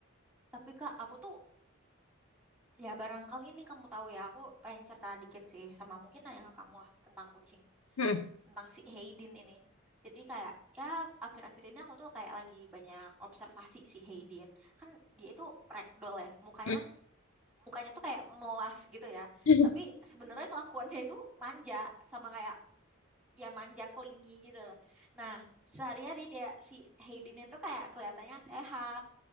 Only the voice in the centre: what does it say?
tapi Kak aku tuh Ya barangkali ini kamu tahu ya, aku pengen cerita dikit sih sama mungkin ayah kamu ah, tentang kucing.
tentang si Hayden ini. Jadi kayak ya akhir-akhir ini aku tuh kayak lagi banyak observasi si Hayden. Kan dia itu ragdoll ya. Mukanya
kan mukanya tuh kayak melas gitu ya.
Tapi sebenarnya kelakuannya itu manja sama kayak ya manja kelingi gitu. Nah, sehari-hari dia si Hayden itu kayak kelihatannya sehat,